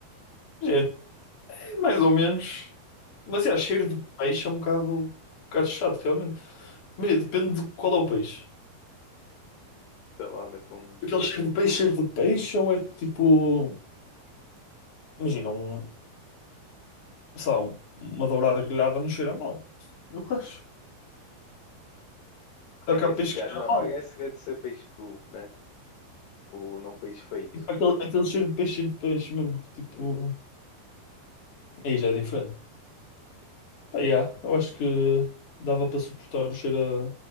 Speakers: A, on the left; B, on the left.
A: Gente, é mais ou menos, mas é, cheiro de peixe é um bocado, um bocado chato, realmente. Mas é, depende de qual é o peixe.
B: Sei lá, meto um...
A: Aquele cheiro de peixe, cheiro de peixe, ou é que tipo, imagina, um, sei lá, um- uma dourada grelhada não cheira mal. Eu acho.
B: I
A: Só que
B: guess
A: há peixe
B: que
A: que
B: há... Não,
A: cheira mal.
B: I guess seria de ser peixe cru, né? Tipo, não peixe feito.
A: Tipo, aquele, aquele cheiro de peixe, cheiro de peixe mesmo, que, tipo,
B: Uhum.
A: aí já é diferente. Pá, yeah, eu acho que dava para suportar o cheiro a...